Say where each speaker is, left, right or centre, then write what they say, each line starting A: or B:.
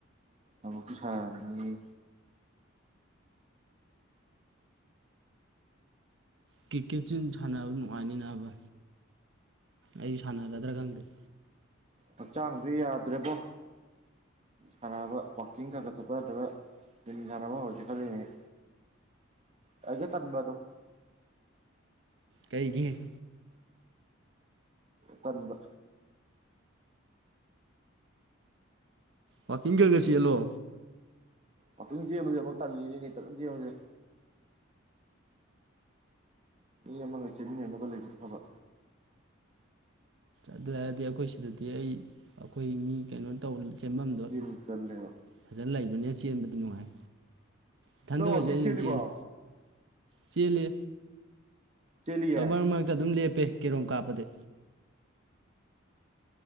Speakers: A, on the right; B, on the right.
A: ꯑꯃꯨꯛꯁꯨ ꯁꯥꯟꯅꯅꯤꯡꯉꯤ
B: ꯀ꯭ꯔꯤꯀꯦꯠꯁꯤ ꯑꯗꯨ ꯁꯥꯟꯅꯕ ꯅꯨꯡꯉꯥꯏꯅꯤ ꯅꯥꯕ ꯑꯩ ꯁꯥꯟꯅꯔꯗ꯭ꯔꯥ ꯈꯪꯗ‌ꯦ
A: ꯍꯛꯆꯥꯡꯗꯤ ꯌꯥꯗ꯭ꯔꯦꯕꯣ ꯁꯥꯟꯅꯕ ꯋꯥꯔꯀꯤꯡ ꯈꯔ ꯈꯔꯛ ꯆꯠꯄ ꯅꯠꯇ꯭ꯔꯒ ꯖꯤꯝ ꯁꯥꯟꯅꯕ ꯍꯧꯔꯁꯤ ꯈꯜꯂꯤꯅ‌ꯦ ꯇꯟꯁꯨ ꯇꯟꯕ ꯑꯗꯣ
B: ꯀꯩꯒꯤ
A: ꯇꯟꯕ
B: ꯋꯥꯀꯤꯡ ꯈꯔꯛ ꯈꯔ ꯆ‌ꯦꯜꯂꯣ
A: ꯋꯥꯥꯀꯤꯡ ꯆ‌ꯦꯟꯕꯁꯤꯐꯥꯎ ꯇꯜꯂꯤꯅꯤꯅ‌ꯦ ꯏꯊꯟ ꯆ‌ꯦꯟꯕꯁ‌ꯦ ꯃꯤ ꯑꯃꯥꯒ ꯆꯦꯃꯤꯟꯅꯅꯕ ꯂꯩꯔꯗꯤ ꯐꯕ
B: ꯑꯗꯨ ꯍꯥꯏꯔꯗꯤ ꯑꯩꯈꯣꯏ ꯁꯤꯗꯗꯤ ꯑꯩ ꯑꯩꯈꯣꯏ ꯃꯤ ꯀꯩꯅꯣ ꯇꯧ ꯆ‌ꯦꯟꯐꯝꯗꯣ
A: ꯆꯦꯟꯕ ꯇꯜꯂꯦꯕ
B: ꯐꯖꯅ ꯂꯩꯕꯅꯦ ꯆꯦꯟꯕꯗꯤ ꯅꯨꯡꯉꯥꯏ ꯏꯊꯟꯗ
A: ꯅꯪ
B: ꯑꯣꯏꯔꯁꯨ
A: ꯋꯥꯛꯀꯤꯡ
B: ꯑꯩ
A: ꯆꯦꯜꯂꯤꯕꯣ
B: ꯑꯗꯨꯝ ꯆꯦꯜꯂꯦ ꯆꯦꯜꯂꯤ
A: ꯆꯦꯜꯂꯤꯌꯦ
B: ꯑꯗꯨ ꯃꯔꯛ ꯃꯔꯛꯇ ꯑꯗꯨꯝ ꯂꯦꯞꯄꯦ ꯀꯦꯔꯣꯝ ꯀꯥꯞꯄꯗꯤ